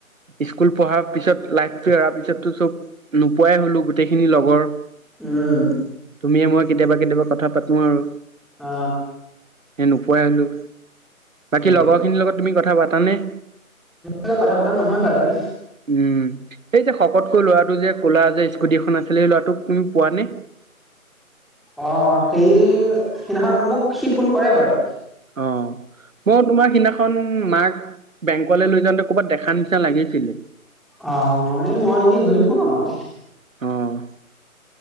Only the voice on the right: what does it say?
স্কুল পঢ়াৰ পিছত লাইফটো অহাৰ পিছতো চব নোপোৱাই হ'লো গোটেইখিনি লগৰ।
তুমিয়ে মই কেতিয়াবা কেতিয়াবা কথা পাতো আৰু।
এ নোপোৱাই হলো,
বাকী লগৰখিনিৰ লগত তুমি কথা পাতানে?
উম, সেই যে শকতকৈ ল'ৰাটো যে ক'লা যে স্কুটিখন আছিলে ল'ৰাটোক তুমি পোৱা নে?
অ। মই তোমাৰ সিদিনাখন, মাক বেংকলৈ লৈ যাওঁতে, ক'ৰবাত দেখা নিচিনা, লাগিছিলে।
অ